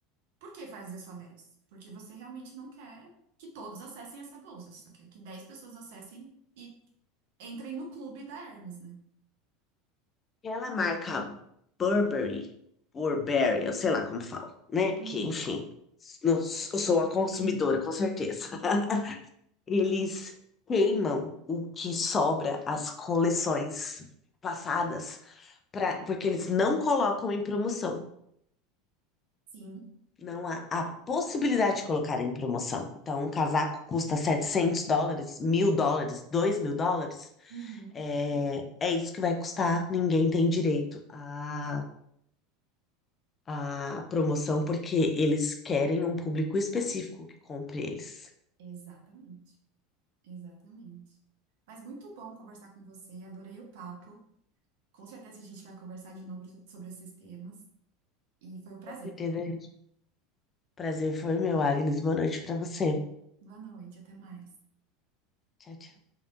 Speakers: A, on the right (about 65°); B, on the left (about 30°).
A: Por que fazer só dez Porque você realmente não quer que todos acessem essa bolsa, você só quer que 10 pessoas acessem e entrem no clube da Hermes, né?
B: Aquela marca Burberry, Burberry, eu sei lá como falo, né? Porque,
A: Uhum,
B: enfim, não- eu sou uma consumidora, com certeza. <laughs> Eles queimam o que sobra as coleções passadas, pra, porque eles não colocam em promoção.
A: sim,
B: Não há a possibilidade de colocar em promoção. Então, um casaco custa 700 dólares, 1.000 dólares, 2.000 dólares.
A: uhum,
B: É, é isso que vai custar. Ninguém tem direito a a promoção porque eles querem um público específico que compre eles.
A: exatamente, exatamente. Mas muito bom conversar com você, adorei o papo. Com certeza a gente vai conversar de novo sobre esses temas. E foi um prazer.
B: Com certeza, gente. Prazer foi meu, Agnes. Boa noite pra você.
A: Boa noite, até mais.
B: Tchau, tchau.